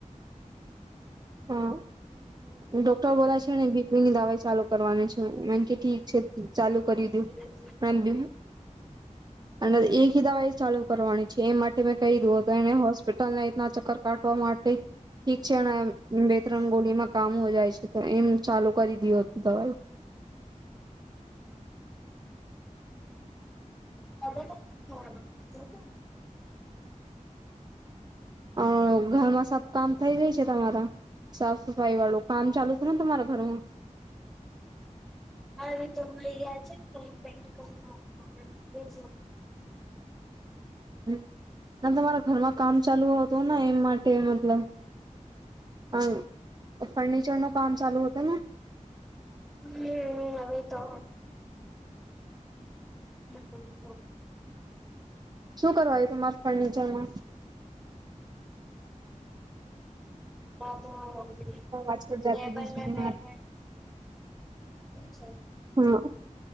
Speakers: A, on the right; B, in the centre.
A: હા. ડોક્ટર બોલા છે ને બીપી ની દવાઈ ચાલુ કરવાની છે મેન કે ઠીક છે ચાલુ કર્યું
B: <inaudible>
A: <unintelligible> અને એકી દવાઈ ચાલુ કરવાની છે એ માટે મેં કહી દુ તો એને હોસ્પિટલ ના ઇતના ચક્કર કાટવા માટે ઠીક છે અને બે ત્રણ ગોળીમાં કામ હો જાય છે તો એમ ચાલુ કરી દિયો દવાઈ
B: <unintelligible> <unintelligible>
A: અ ઘરમાં સબ કામ થઈ રહી છે તમારા. સાફ સફાઈ વાળું કામ ચાલુ છે ને તમારા ઘરમાં
B: હા તો યાર છે ને <unintelligible>
A: હ ના તમારા ઘરમાં કામ ચાલુ હતું ને એ માટે મતલબ અમ ફર્નિચર નું કામ ચાલુ હતું ને
B: હમ્મ હવે તો <unintelligible>
A: શું કરવાયુ તમારા ફર્નિચર માં
B: <inaudible>
A: આજકલ
B: ટેબલ
A: જાતી બીજી
B: મે બેઠ <inaudible> છે.
A: હા.